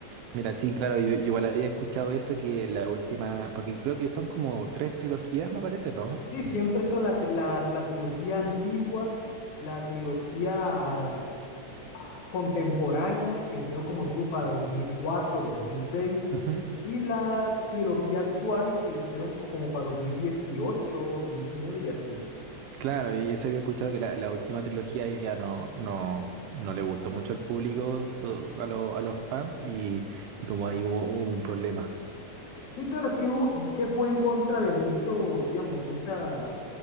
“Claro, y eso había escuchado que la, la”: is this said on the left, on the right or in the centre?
Right